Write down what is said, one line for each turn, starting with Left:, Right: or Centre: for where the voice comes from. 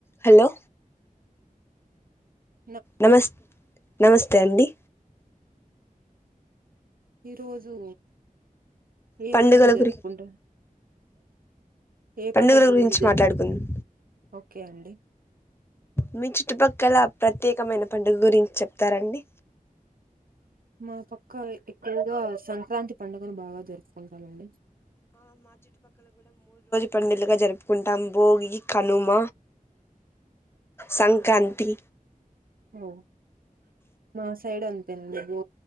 Left: Hello
Right: అ
Left: నమస్తే నమస్తే అండీ
Right: ఈరోజు ఏ
Left: పండుగల
Right: పండుగ జరుపుకుంటారు
Left: గురి
Right: ఏ
Left: పండుగల
Right: పండుగ గురించి జరుగు
Left: మాట్లాడుకుందాం
Right: ఓకే అండీ
Left: మీ చుట్టుపక్కల ప్రత్యేకమైన పండుగ గురించి చెప్తారండి
Right: మా పక్కా ఎక్కువగా సంక్రాంతి పండుగను బాగా జరుపుకుంటారండి
Left: పండులుగా జరుపుకుంటాం భోగి కనుమ సంక్రాం తి
Right: ఓ మా సైడ్ అంతేండి బో